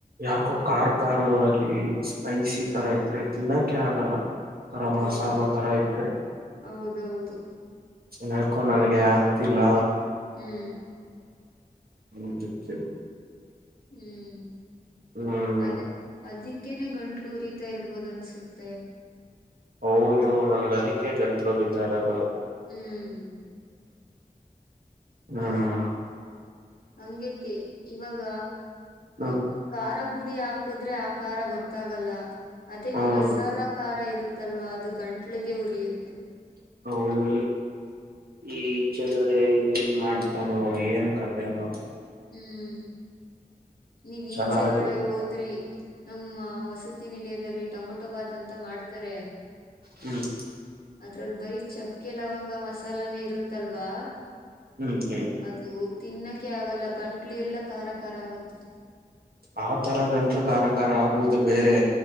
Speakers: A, on the right; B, on the left.
A: ಯಾಕೋ ಖರ್ ಖಾರವಾಗಿ ಸ್ಪೈಸಿ ತರ ಇದ್ರೆ ತಿನ್ನೋಕೆ ಆಗಲ್ಲ. ತರ ಮಸಾಲಾ
B: ಹೌದು
A: ತರ ಇದ್ರೆ.
B: ಹೌದೌದು
A: ಯಾಕೊ ನನಗೆ ಆಗ್ತಿಲ್ಲ.
B: ಹ್ಮ್
A: ಹ್ಮ <unintelligible>
B: ಹ್ಮ್
A: ಹ್ಮ್
B: ಅದೆ. ಅದಕ್ಕೇನೆ ಗಂಟ್ಲು ಉರಿತಾ ಇರ್ಬೋದ ಅನ್ಸುತ್ತೆ.
A: ಹೌದು ನನ್ಗ ಅದಕ್ಕೆ ಗಂಟ್ಲು ಉರಿತ ಇರದು.
B: ಹ್ಮ್
A: ಹ್ಮ
B: ಹಂಗೇಕಿ ಇವಾಗ
A: ಹ್ಮ್
B: ಖಾರ ಪುಡಿ ಹಾಕದ್ರೆ ಆ ಖಾರ ಗೊತ್ತಾಗಲ್ಲ ಅದೇ
A: ಹೌದು
B: ಮಸಾಲಾ ಖಾರ ಇರುತ್ ಅಲ್ವಾ ಅದು ಗಂಟ್ಲಿಗೆ ಉರಿಯುತ್ತೆ
A: ಹೌದು ಈಚೆಗಡೆ ಹೇಗ್ ಮಾಡ್ತ್ ಹೊ ಹೊ ಏನ್ ಕತೆೆನೋ
B: ಹ್ಮ್ಮ್ ನೀವು್
A: ಚೆನ್ನಾಗಿ
B: ಈಚೆ ಕಡೆ ಹೋದ್ರಿ ನಮ್ಮ ವಸತಿ ನಿಲಯದಲ್ಲಿ ಟಮೊಟೋ ಭಾತ್ ಅಂತ ಮಾಡ್ತಾರೆ
A: ಹ್ಮ್
B: ಅದ್ರಲ್ಲಿ ಬರಿೀ ಚಕ್ಕೆ ಲವಂಗ ಮಸಾಲಾನೇ ಇರುತ್ತಲ್ವಾ
A: ಹ್ಮ್ ಹೇಳಿ
B: ಅದು ತಿನ್ನಕ್ಕೆೆ ಆಗಲ್ಲ ಗಂಟ್ಲು ಎಲ್ಲ ಖಾರಾ ಖಾರ ಆಗುತ್ತೆ
A: ಆ ತರ ಗಂಟ್ಲು ಖಾರ ಖಾರ ಆಗುವುದು ಬೇರೆ